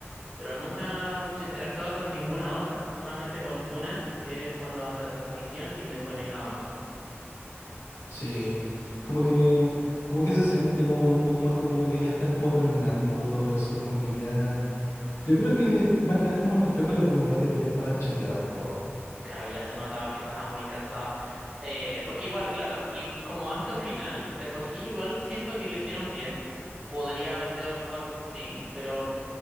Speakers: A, on the right; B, on the left.
A: Pero nunca se interactúa con ninguna otra, solamente con una, que es cuando haces esa misión y después no hay nada más.
B: Sí, como que, como que se siente como que un poco más de como que ya están como terminando todo eso, como que ya... Yo creo que más que nada es como un reflejo de la comunidad de que ya estaban chateados todos.
A: Claro, ya se notaba que estaba muy cansado. Eh, porque igual, claro, y como acto final, de por sí igual siento que lo hicieron bien. Podría haber sido mejor, sí, pero